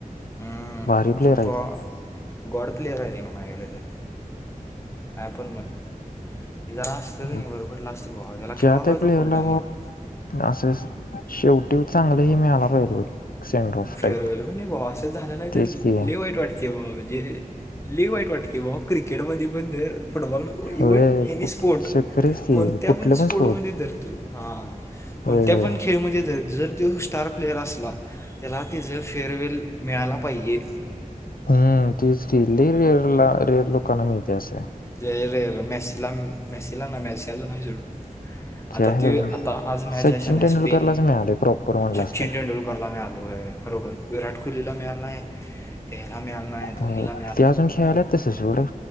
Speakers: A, on the left (about 20°); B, on the left (about 85°).
A: हम्म,
B: भारी प्लेयरय
A: ती बाबा
B: <unintelligible>
A: गॉड प्लेअर आहे रे इमाना इलेझर काय पण म्हण. हे जर अस्त
B: ते
A: की नाही बर पडलं असत बोवा, याला खेळवा
B: ज्या त्या
A: कळत
B: प्लेयरला
A: फुल टायमाला.
B: असं शेवटी चांगलं हे मीळाला पाहिजे होत बघ सेंड ऑफ
A: फेअरवेल
B: टाईप
A: पण नाही बावा असं झालं नाही त
B: तेच की
A: लै वाईट वाटते बाबा हे लई वाईट वाटतय भावा क्रिकेटमध्ये पण र फुटबॉल इव्हन
B: होय
A: एनी
B: कुठ
A: स्पोर्ट,
B: खरेच की
A: कोणत्या
B: कुठले
A: पण स्पोर्टमध्ये
B: स्रोत
A: धरतो हां कोणत्या
B: होय होय
A: पण खेळमध्ये धर जर त्यो स्टार प्लेयर असला तेज फेअरवेल मिळाला पाहिजे
B: हम्म तेच की लई रियरा रियल लोकांनां मिळतंय असं.
A: लई रियल मेसिला मेसीला नां मेसी अजून आहे जोड आता
B: आहेत
A: ते
B: अजून
A: आता आज मॅच
B: सचिन
A: आहे शान्या
B: तेंडुलकरलाच
A: स्पेन
B: मिळाले प्रॉपर म्हणलास
A: सचिन
B: तर
A: तेंडुलकरला मिळालोय, खरोखर विराट कोहलीला मिळाला नाही. मिळालं नाही धोनीला
B: हो ते अजून खेळालात तस सोड